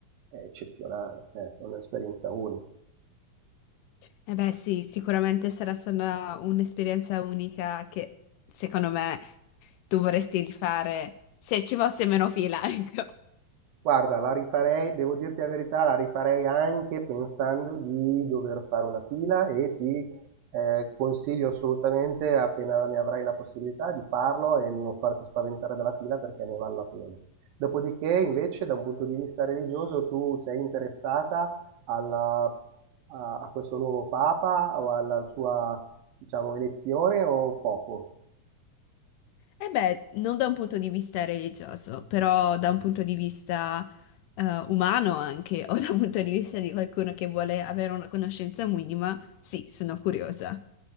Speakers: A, on the right; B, on the left.
A: è eccezionale, ecco, è un'esperienza unica.
B: E beh, sì, sicuramente sarà stata un'esperienza unica che secondo me tu vorresti rifare se ci fosse meno fila, <laughs> ecco.
A: Guarda, la rifarei, devo dirti la verità, la rifarei anche pensando di dover fare una fila e ti eh, consiglio assolutamente, appena ne avrai la possibilità, di farlo e non farti spaventare dalla fila perché ne vale la pena. Dopodiché, invece, da un punto di vista religioso, tu sei interessata alla- a, a questo nuovo Papa o alla sua, diciamo, elezione o poco?
B: E beh, non da un punto di vista religioso, però da un punto di vista eh, umano anche, o <laughs> da un punto di vista di qualcuno che vuole avere una conoscenza minima, sì, sono curiosa.